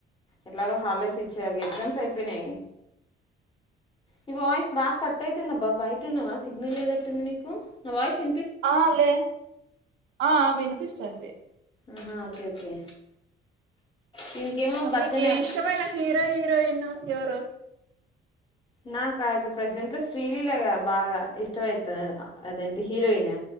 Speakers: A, on the left (about 25°); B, on the right (about 75°).
A: ఎట్లాగో హార్లెస్ ఇచ్చారు ఎగ్జామ్స్ అయిపోయినాయి నీ వాయిస్ బాగా కట్ అయితుంది అబ్బా బయటన్నావా సిగ్నల్ లేదట్టుంది నీకు నా వాయిస్ ఇ
B: ఆ లే ఆ వినిపిస్తుంది
A: ఆ ఓకే ఓకే దీనికేమో
B: అ
A: భరతనాట్యం
B: మీకి ఇష్టమైన హీరో హీరోయిన్ ఎవరు
A: నాక ఇప్పుడు ప్రజెంట్లో శ్రీలీలాగా బాగా ఇష్టం మైతే అదేంటి హీరోయిన్